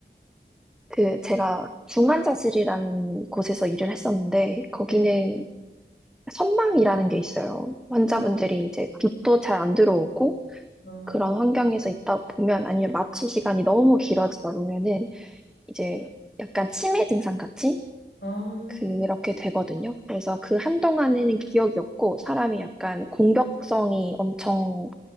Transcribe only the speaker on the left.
네.
아,
아,